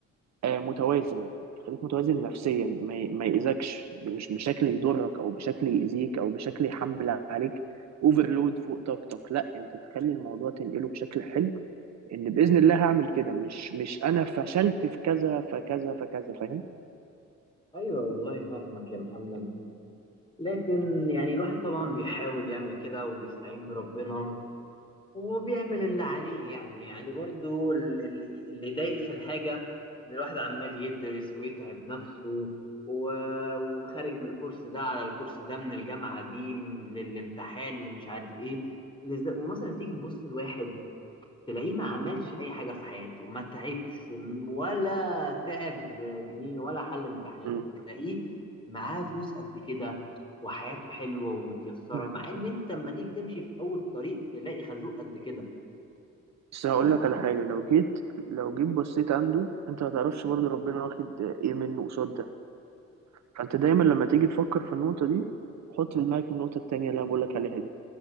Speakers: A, on the right; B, on the left.
A: آه، متوازن يخليك متوازن نفسيا ما ي- ما يأذكش مش بشكل يضرك او بشكل يأذيك او بشكل يحمل عليك اوفرلود فوق طاقتك لا انت تخلي الموضوع تنقله بشكل حلو ان بإذن الله هعمل كده مش مش انا فشلت في كذا فكذا فكذا فاهم
B: ايوه والله فاهمك يا محمد لكن يعني الواحد طبعا بيحاول يعمل كده وبيستعين بربنا وبيعمل اللي عليه يعني يعني برضو ال- ال- اللي يضايق في الحاجة إن الواحد عمال يدرس ويتعب نفسه و- وخارج من الكورس ده على الكورس ده من الجامعة دي من للامتحان اللي مش عارف إيه اللي زي- ومثلا تيجي تبص لواحد تلاقيه ما عملش
A: مم.
B: أي حاجة في حياته ما تعبش ولا تعب جنيه ولا حل امتحاناته
A: مم.
B: وتلاقيه معاه فلوس قد كده وحياته حلوة ومتيسرة
A: مم.
B: مع إن أنت لما تيجي تمشي في أول طريق تلاقي خازوق قد كده
A: بس هقول
B: ده
A: لك على حاجة لو جيت لو جيت بصيت عنده انت ما تعرفش برضه ربنا واخد ايه منه قصاد ده فانت دايما لما تيجي تفكر في النقطة دي حط في دماغك النقطة التانية اللي انا بقول لك عليها دي